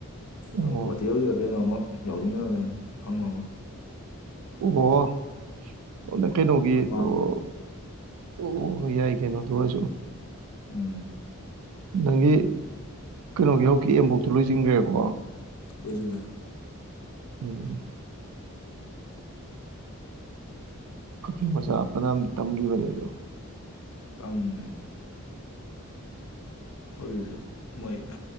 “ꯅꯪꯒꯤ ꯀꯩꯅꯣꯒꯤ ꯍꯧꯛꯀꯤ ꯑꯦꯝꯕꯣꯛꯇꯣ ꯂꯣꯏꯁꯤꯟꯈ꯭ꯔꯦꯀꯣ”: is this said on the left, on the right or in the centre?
Right